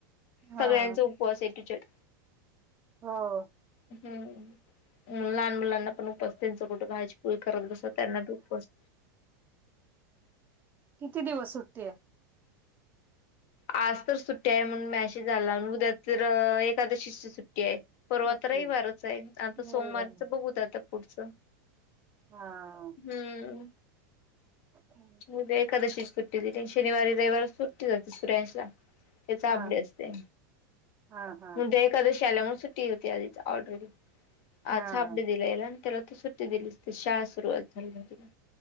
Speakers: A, on the right (about 15°); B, on the left (about 45°).
A: हा
B: सगळ्यांचा उपवास आहे, <unintelligible>
A: हो.
B: हम्म. लहान मुलांना पण उपवास त्याच कुठं भाजी, पोळी करत बसा, त्यांना बी उपवास.
A: किती दिवस सुट्टीये?
B: आज तर सुट्टी आहे म्हणून मेसेज आला, उद्या तर अं एकादशीची सुट्टीये. परवा
A: सुट्टी
B: त रविवारच आहे. आता
A: रविवारी
B: सोमवारच बघू आता पुढचं.
A: हा.
B: हम्म.
A: हा
B: उद्या एकादशी आहे ची सुट्टी दिली. शनिवारी, रविवारी तर सुट्टीच असते. <unintelligible> त्याचा
A: हा
B: अभ्यासे,
A: हा
B: उद्या एकादशी आल्यामुळे सुट्टी होती आधीच ऑलरेडी. आज
A: हा हा
B: हाफ डे दिलाय ना त्याला तर सुट्टी दिली, शाळा सुरुवात झाली नव्हती म्हणून